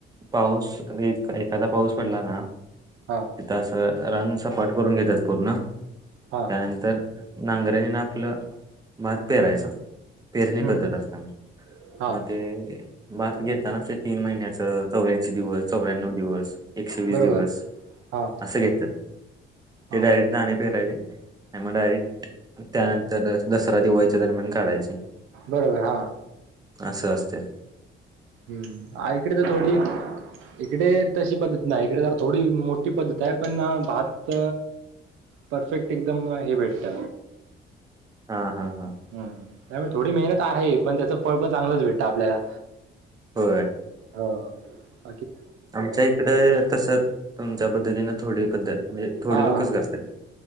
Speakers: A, on the right; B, on the right.
A: पाऊस एक एखादा पाऊस पडला ना
B: हा
A: तीत आस रांग सपाठ करून घेतात पूर्ण
B: हा
A: त्यानंतर नांगरेणीन आपलं भात पेरायचं. पेरणी
B: हम्म
A: पद्धत
B: हम्म.
A: असताना
B: हा
A: म ते भात घेेतानाच तीन महिन्याच कवे दिवस चौऱ्याण्णव दिवस एकशे वीस
B: बरोबर
A: दिवस
B: हा
A: आ सं घेत्यात.
B: हा
A: ते डायरेक्ट दाने पेरायचे. आणि मग डायरेक्ट त्यानंतर दसरा दिवाळीच्या दरम्यान काढायचे.
B: बरोबर हा.
A: आसं असस्ते.
B: हम्म इकडे तर थोडी इकडे तशी पद्धत नाही इकडे तर थोडी मोठी पद्धत आहे पण भात परफेक्ट एकदम हे भेटत
A: हा हा. हा
B: हम्म त्यामुळे थोडी मेहनत आहे पण त्याचं फळ पण चांगलंच भेटत आपल्याला
A: हो.
B: हा.
A: आमच्या इकडं तसं तुमच्या पद्धतीनं थोडी पद्धत म्हणजे थोडी
B: हा
A: लोकच गाततात